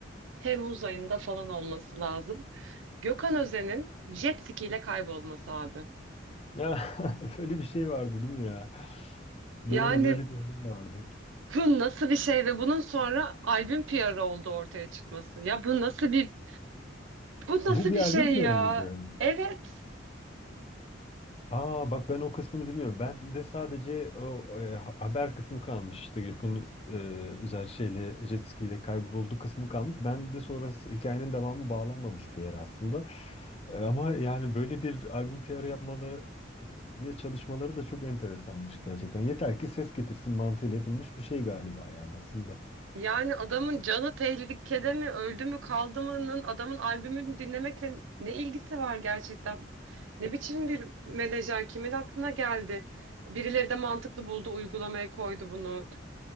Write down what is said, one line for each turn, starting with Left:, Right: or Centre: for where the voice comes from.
Right: Temmuz ayında falan olması lazım. Gökhan Özen'in jet ski ile kaybolması abi.
Left: Ya <laughs> böyle bir şey vardı değil mi ya?
Right: Yani
Left: Doğru böyle bir şey vardı.
Right: Bu nasıl bir şey ve bunun sonra albüm PR'ı oldu ortaya çıkması. Ya bu nasıl bir bu nasıl
Left: Bu bir
Right: bir
Left: albüm
Right: şey
Left: PR'ı
Right: ya?
Left: mıydı?
Right: Evet.
Left: Aa bak ben o kısmını bilmiyorum. Ben de sadece o e, ha- haber kısmı kalmıştı. Gökhan e, özel şeyle jet ski kayboldu kısmı kalmış. Ben de sonrası hikayenin devamı bağlanmamış bir yer aslında. E, ama yani böyle bir albüm PR'ı yapmaları e, ya çalışmaları da çok enteresanmış gerçekten. Yeter ki ses getirsin mantığıyla yapılmış bir şey galiba yani aslında.
Right: Yani adamın canı tehlikede mi, öldü mü, kaldı mı'nın adamın albümünü dinlemekle ne ilgisi var gerçekten? Ne biçim bir menajer, kimin aklına geldi? Birileri de mantıklı buldu, uygulamaya koydu bunu.